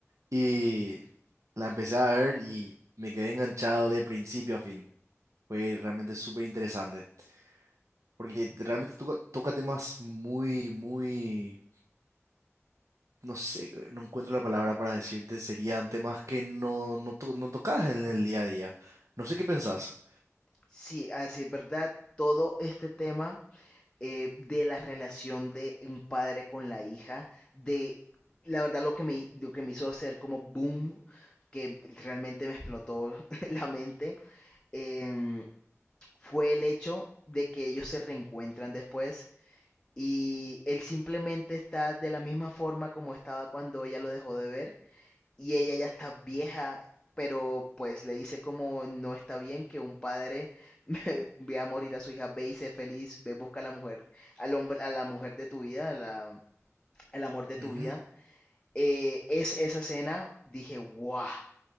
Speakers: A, on the right; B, on the left.
A: Y la empecé a ver y me quedé enganchado de principio a fin. Fue realmente súper interesante. Porque realmente toca, toca temas muy, muy, no sé, no encuentro la palabra para decirte, serían temas que no, no, to- no tocas en el día a día. No sé qué pensás.
B: Sí, así es verdad, todo este tema eh, de la relación de un padre con la hija, de la verdad lo que me, lo que me hizo hacer como boom, que realmente me explotó <laughs> la mente, eh, fue el hecho de que ellos se reencuentran después y él simplemente está de la misma forma como estaba cuando ella lo dejó de ver y ella ya está vieja, pero pues le dice como no está bien que un padre <laughs> vea morir a su hija, ve y sé feliz, ve busca a la mujer, al hombre, a la mujer de tu vida, a la- al amor de tu
A: Ujú.
B: vida. Eh, es esa escena, dije, guau,